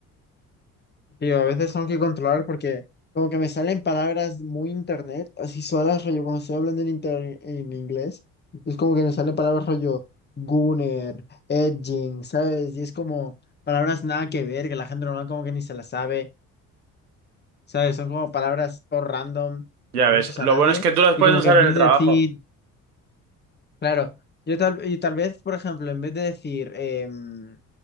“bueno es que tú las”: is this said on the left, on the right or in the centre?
Right